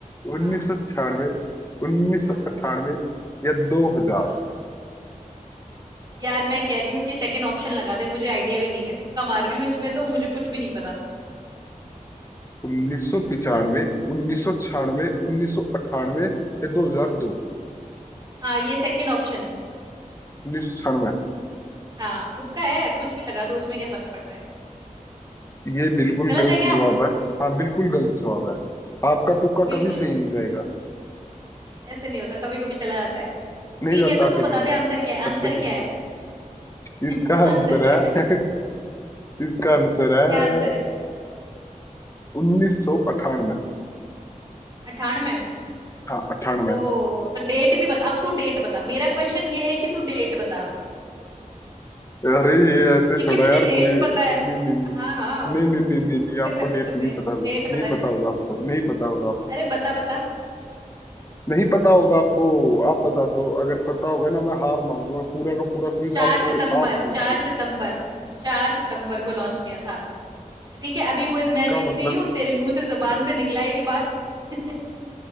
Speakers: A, on the left; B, on the right.
A: उन्नीस
B: हाँ
A: सौ छियानवे उन्नीस
B: हाँ
A: सौ अट्ठानवे या दो हजार
B: हाँ यार मैं कह रही हूँ कि सेकंड ऑप्शन लगा दे मुझे आइडिया भी नहीं है तुक्का मार रही हूँ इसमें तो मुझे कुछ भी नहीं पता
A: उन्नीस सौ पिचानवे उन्नीस सौ छियानवे उन्नीस सौ अट्ठानवे या दो हजार दो
B: हाँ ये सेकंड ऑप्शन
A: उन्नीस सौ छियानवे
B: हाँ तुक्का है कुछ भी लगा दो उसमें क्या फर्क पड़ रहा है
A: ये बिल्कुल
B: गलत
A: गलत
B: है क्या
A: जवाब है हाँ बिल्कुल गलत जवाब है आपका तुक्का
B: बिल्कुल
A: कभी सही
B: ग-
A: नहीं जाएगा
B: ऐसे नहीं होता कभी कभी चला जाता है
A: नहीं
B: ठीक
A: जाता
B: है तो तू
A: कभी
B: बता
A: भी
B: दे आंसर क्या है
A: बदतमीज
B: आंसर क्या है
A: इसका
B: <laughs>
A: आंसर
B: आंसर क्या
A: है
B: है
A: इसका आंसर है
B: क्या आंसर है
A: उन्नीस सौ अठानवे
B: अठानवे
A: हाँ अठानवे
B: ओ तो डेट भी बता अब तू डेट बता मेरा क्वेश्चन ये है कि तू डेट बता
A: अरे ये ऐसे
B: क्योंकि
A: थोड़ा
B: मुझे
A: यार
B: डेट
A: कोई नहीं
B: पता है
A: नहीं नहीं
B: हाँ हाँ
A: नहीं नहीं नहीं नहीं नहीं,
B: पूछ सकते
A: आपको
B: पूछ
A: डेट
B: सकते
A: नहीं
B: डेट
A: पता होगा
B: बता
A: नहीं
B: date।
A: पता होगा आपको नहीं पता होगा आप
B: अरे बता बता
A: नहीं पता होगा आपको आप बता दो अगर पता होगा ना मैं हार मान लूंगा पूरा का पूरा क्विज
B: चार
A: आपको
B: सितंबर
A: आप जीत
B: चार
A: गए
B: सितंबर चार सितंबर को लॉन्च किया था ठीक है अब ये क्विज
A: इसका
B: मैं जीत
A: मतलब
B: गई हूँ तेरे मुंह से जबान
A: उस-
B: से निकला है ये बात <laughs>